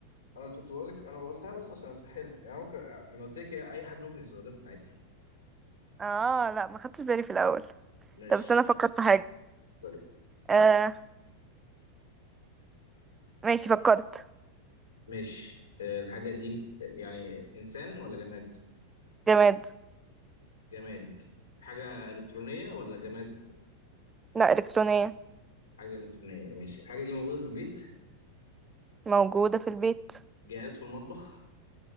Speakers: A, on the left; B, on the right.
A: انا كنت بقولك انا قلتها بس عشان اسهلها يعني ممكن ما انا قلت لك هي اي حد ممكن يستخدمها عادي
B: اه لا ما خدتش بالي في الاول
A: ماشي
B: طب استنى افكر في حاجه
A: طيب
B: آه ماشي فكرت
A: ماشي آه، الحاجة دي يعني إنسان ولا جماد؟
B: جماد
A: جماد حاجة إلكترونية ولا جماد؟
B: لا الكترونيه
A: حاجة إلكترونية ماشي الحاجة دي موجودة في البيت
B: موجوده في البيت
A: جهاز في المطبخ